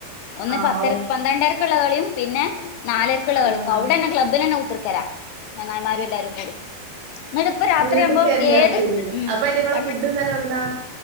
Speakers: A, on the left; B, on the right.
A: ഒന്ന്
B: ആവും
A: പത്തര പന്ത്രണ്ടര കളിയും പിന്നെ നാലേർക്കുള്ള
B: ആഹ്
A: കളിക്കും അവിടെ തന്നെ ക്ലബ്ബിൽ തന്നെ കുത്തിർക്കല ചങ്ങായിമാര് എല്ലാരും കൂടി എന്നിട്ട് ഇപ്പ രാത്രിയാവുമ്പോ
B: വീട്ട്ക്ക് വരണ്ട
A: ഏത്
B: ആവശ്യല്ലല്ലോ അപ്പൊ അയ്റ്റങ്ങള്
A: ഉ
B: ഫുഡ് ഇന്നലെ എവിട്ന്നാ